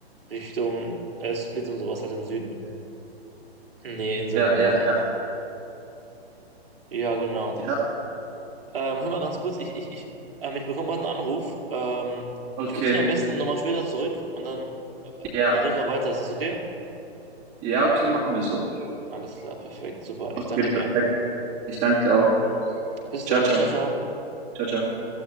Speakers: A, on the right; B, on the right.
A: Richtung äh, Split und sowas halt im Süden. Nee, Inseln
B: ja,
A: und
B: ja,
A: so.
B: ja,
A: Ja, genau.
B: ja,
A: Ähm, hör mal ganz kurz, ich, ich, ich, ähm, ich bekomme gerade einen Anruf. Ähm,
B: okay,
A: ich rufe dich am besten nochmal später zurück und dann äh,
B: ja,
A: äh, reden wir weiter. Ist das okay?
B: ja, okay, machen wir so.
A: Alles klar, perfekt, super.
B: Okay,
A: Ich danke
B: perfekt.
A: dir.
B: Ich danke dir auch.
A: Bis
B: Ciao,
A: dann,
B: ciao,
A: ciao, ciao.
B: ciao, ciao.